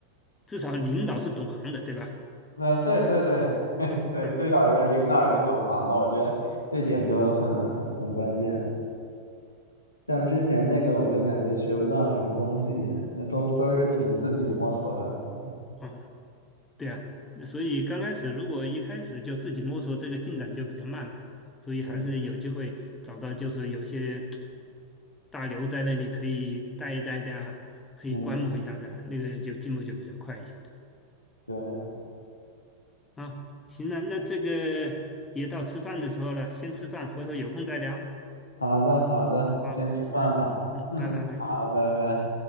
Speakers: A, on the left (about 15°); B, on the left (about 75°).
A: 至少领导是懂行的，对吧？
B: 那对对对 <laughs> 对对，
A: 嗯，
B: 最少是领导是懂行的，我觉得这点就很很很关键。像之前那个，我就感觉学不到什么东西也，那都都是凭自己摸索的。
A: 哦对啊，那所以刚开始如果一开始就自己摸索，这个进展就比较慢嘛，所以还是有机会找到，
B: 对，
A: 就是有些大牛在那里可以带一带的啊，可以观摩一下的啊，
B: 嗯，
A: 那个就进步就比较快一些
B: 对，
A: 啊。行了，那这个也到吃饭的时候了，先吃饭，回头有空再聊。
B: 好的好的，
A: 好，
B: 先吃饭吧。
A: 嗯嗯，
B: 嗯，
A: 拜拜。
B: 好，拜拜。